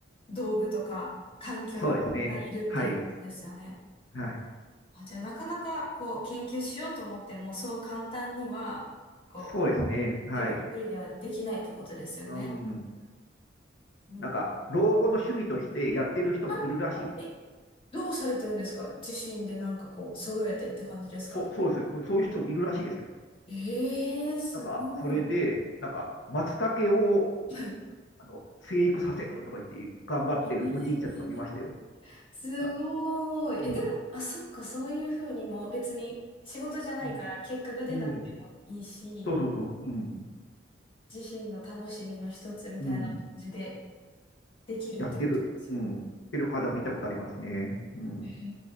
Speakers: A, on the left; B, on the left.
A: 道具とか環境がいるっていうことですよね。
B: そうですね。はい。はい。
A: あ、じゃあなかなかこう研究しようと思ってもそう簡単にはこう
B: そうですね。はい。
A: 自分一人ではできないってことですよね。
B: うん。
A: うん。
B: なんか、老後の趣味としてやってる人もいるらしいです。
A: あえ、どうされてるんですか自身でなんかこう揃えてって感じですか
B: そうん、そそうです。そういう人もいるらしいですよ。
A: ええー、すごい。
B: なんか、それで、なんか、松茸を、
A: はい。
B: あの、生育させるとか言って、頑張ってるおじいちゃんとか見ましたよ。
A: ええー、すごい。
B: あうん。
A: え、でも、あ、そっか、そういうふうにも別に仕事じゃないから結果が出なくてもいいし、
B: うん。うんそうそうそう。うん。
A: 自身の楽しみの一つみたいな感じで
B: うん。
A: できるってことですよね。
B: やってる。うん。やってる方も見たことありますね。うん。
A: へ